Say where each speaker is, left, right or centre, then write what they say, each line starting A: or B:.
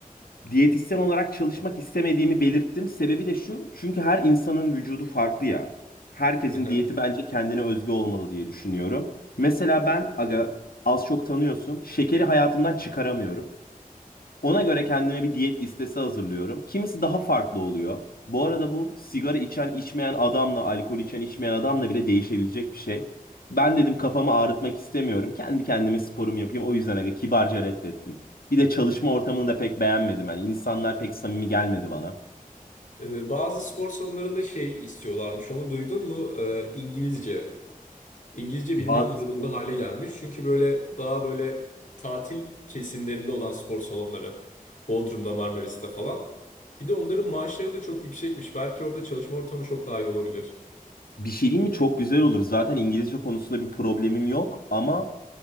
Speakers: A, on the left (about 80°); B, on the left (about 60°).
A: diyetisyen olarak çalışmak istemediğimi belirttim. Sebebi de şu, çünkü her insanın vücudu farklı ya. Herkesin
B: Aha.
A: diyeti bence kendine özgü olmalı diye düşünüyorum. Mesela ben aga az çok tanıyorsun, şekeri hayatımdan çıkaramıyorum. Ona göre kendime bir diyet listesi hazırlıyorum. Kimisi daha farklı oluyor. Bu arada bu sigara içen içmeyen adamla, alkol içen içmeyen adamla bile değişebilecek bir şey. Ben dedim kafamı ağrıtmak istemiyorum. Kendi kendime sporumu yapayım. O yüzden aga kibarca reddettim. Bir de çalışma ortamını da pek beğenmedim. Yani insanlar pek samimi gelmedi bana.
B: E, bazı spor salonlarında şey istiyorlarmış. Onu duydun mu? E, İngilizce. İngilizce bilmen
A: Bazı-
B: zorunda hale gelmiş. Çünkü böyle daha böyle tatil kesimlerinde olan spor salonları. Bodrum'da, Marmaris'te falan. Bir de onların maaşları da çok yüksekmiş. Belki orada çalışma ortamı çok daha iyi olabilir.
A: Bir şey diyeyim mi? Çok güzel olur. Zaten İngilizce konusunda bir problemim yok ama